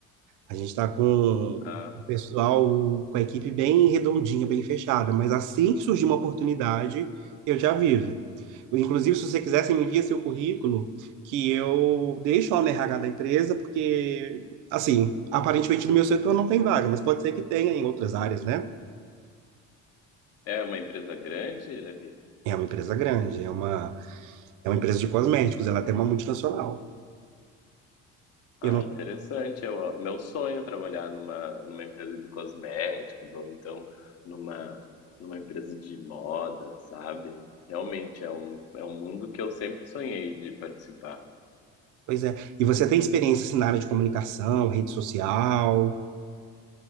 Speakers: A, on the right (about 75°); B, on the left (about 50°).
A: A gente está com o
B: Ah,
A: pessoal, com a equipe bem redondinha, bem fechada, mas assim que surgir uma oportunidade, eu já aviso. Inclusive, se você quiser, você me envia seu currículo, que eu deixo lá no RH da empresa, porque, assim, aparentemente no meu setor não tem vaga, mas pode ser que tenha em outras áreas, né?
B: é uma empresa grande, Levi?
A: É uma empresa grande, é uma, é uma empresa de cosméticos, ela tem uma multinacional.
B: Ah,
A: E Eu não,
B: interessante. Eu, meu sonho é trabalhar numa, numa empresa de cosméticos ou então numa, numa empresa de moda, sabe? Realmente é um, é um mundo que eu sempre sonhei de participar.
A: pois é. E você tem experiência assim, na área de comunicação, rede social?